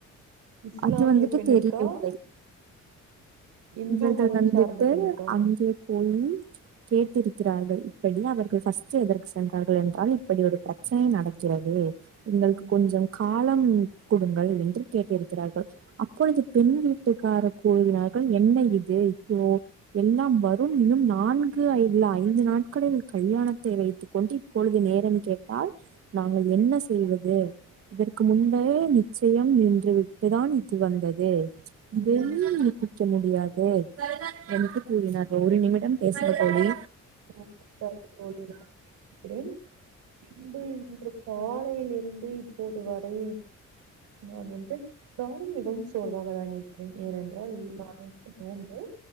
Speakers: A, on the right (about 85°); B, on the right (about 50°).
A: இஸ்லாமிய
B: அது வந்துட்டு
A: பெண்ணிற்கா
B: தெரியவில்லை
A: இந்து
B: இவர்கள்
A: மத
B: வந்துட்டு
A: சார்ந்த பெண்ணுக்கா
B: அங்கே போயி கேட்டிருக்கிறார்கள் இப்படி அவர்கள் ஃபஸ்ட் எதற்கு சென்றார்கள் என்றால் இப்படி ஒரு ப்ர ச்சனை நடக்கிறது எங்களுக்கு
A: ம்
B: கொஞ்சம் காலம் குடுங்கள் என்று கேட்டிருக்கிறார்கள் அப்பொழுது பெண் வீட் வீட்டுக்கார கூறுகிறார்கள் என்ன இது இப்போ எல்லாம் வரும் இன்னும் நான்கு இல்ல ஐந்து நாட்களில் கல்யாணத்தை வைத்து கொண்டு இப்பொழுது நேரம் கேட்டால் நாங்கள் என்ன செய்வது இதற்கு முன்பே நிச்சயம் நின்று விட்டுதான் இது வந்தது இதெல்
A: ம்
B: நிருப்பிக்க முடியா து எனக்கு கூறினார் ஒரு நிமிடம் பேசுற தோழி
A: <unintelligible> சர் கூறினார் அப்புடின் அன்பு இன்று காலையில் இருந்து இப்போது வரை நான் வந்து நானும் மிகவும் சோர்வாக தான் இருக்கிறேன் ஏனென்றால் நான் வந்து நோன்பு